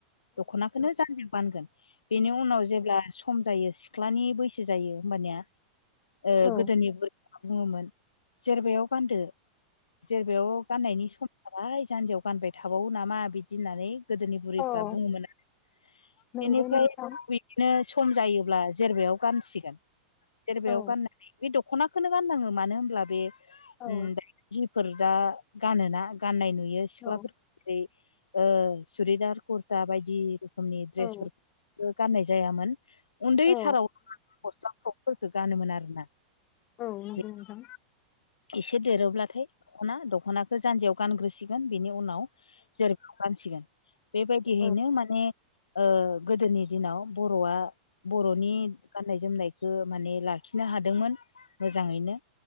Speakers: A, on the left (about 75°); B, on the left (about 35°).
A: दख'नाखोनो जान्जियाव गानगोन। बेनि उनाव जेब्ला सम जायो सिख्लानि बैसो जायो होमबानिया ओ
B: औ
A: गोदोनि बोर बुङोमोन जेरबायाव गानदो जेरबायाव गाननायनि सम जाबाय जान्जियाव गानबाय थाबावो नामा बिदि होननानै गोदोनि बुरैफ्रा
B: औ
A: बुङोमोन <inaudible>
B: नंगौ
A: एनिफ्राय
B: नोंथां
A: बिदिनो सम जायोब्ला जेरबायाव गानसिगोन जेरबायाव
B: औ
A: गाननानै <inaudible> दखनाखोनो गाननाङो मानो होनब्ला बे
B: औ
A: ओम जि फोर दा गानोना गाननाय नुयो सिख्लाफोरखौ
B: औ
A: ओ सुरिदार, कुरता बायदि रोखोमनि द्रेसफोरखो
B: औ
A: गाननाय जायामोन। उन्दैथाराव
B: औ
A: गस्ला फ्रगफोरखौ गानोमोन आरोना
B: औ नंगौ
A: बे
B: नोंथां
A: एसे देरोब्लाथाय दख'ना दखना दख'नाखौ जान्जियाव गानग्रोसिगोन बेनि उनाव जेरबाआव गानसिगोन बेबायदिहैनो
B: औ
A: माने ओ गोदोनि दिनाव बर'आ बर'नि गान‌ नाय जोमनायखौ माने लाखिनो हादोंमोन मोजाङैनो